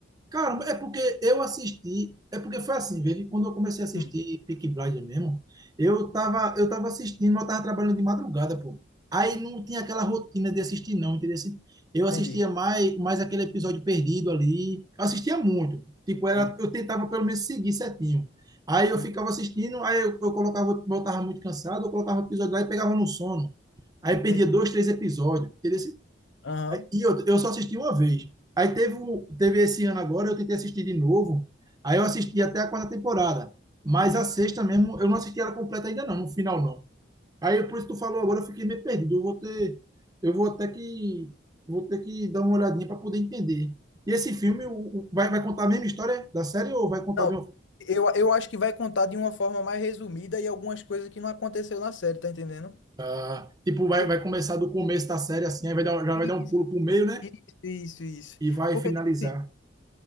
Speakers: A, on the right; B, on the left.
A: Caramba, é porque eu assisti. É porque foi assim, velho. Quando eu comecei a assistir
B: Hum,
A: Peaky Blinders mesmo, eu tava, eu tava assistindo, mas eu tava trabalhando de madrugada, pô. Aí não tinha aquela rotina de assistir, não, entendeu? Assim, Eu assistia
B: entendi,
A: mais, mais aquele episódio perdido ali. Eu assistia muito. Tipo, era,
B: entendi.
A: eu tentava pelo menos seguir certinho. Aí eu
B: Uhum,
A: ficava assistindo, aí eu, eu colocava, eu tava muito cansado, eu colocava o episódio lá e pegava no sono. Aí perdia
B: entendi.
A: dois, três episódios, entendeu? Assim,
B: Aham.
A: Aí- E eu, eu só assisti uma vez. Aí teve, o- teve esse ano agora, eu tentei assistir de novo. Aí eu assisti até a quarta temporada. Mas
B: uhum.
A: a sexta mesmo, eu não assisti ela completa ainda não, no final não. Aí por isso que tu falou agora, eu fiquei meio perdido. Eu vou ter, eu vou até que, vou ter que dar uma olhadinha para poder entender. E esse filme o- o- vai, vai contar a mesma história da série ou vai contar
B: Não,
A: de uma forma?
B: eu, eu acho que vai contar de uma forma mais resumida e algumas coisas que não aconteceu na série, tá entendendo?
A: ah, tipo, vai,
B: Por-
A: vai começar do começo da série assim, aí vai dar, já
B: Isso,
A: vai dar um pulo pro meio, né?
B: isso, isso. isso.
A: E vai
B: Porque,
A: finalizar.
B: tipo assim,